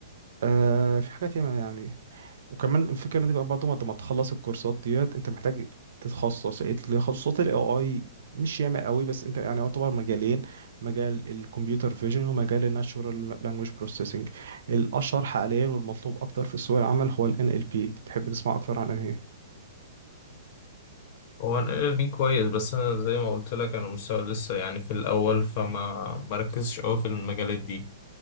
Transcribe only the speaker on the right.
آه في حاجات ياما يعني وكمان الفكره ان انت كمان بعد ما ما تخلص الكورسات ديت انت محتاج تتخصص إيه، تخصصات الاي اي مش ياما قوي بس انت يعني يعتبر مجالين مجال الكمبيوتر فيجن ومجال الناتشورال لانجويج بروسيسنج الاشهر حاليا والمطلوب اكتر في سوق العمل هو ال NLP تحب تسمع اكتر عن ايه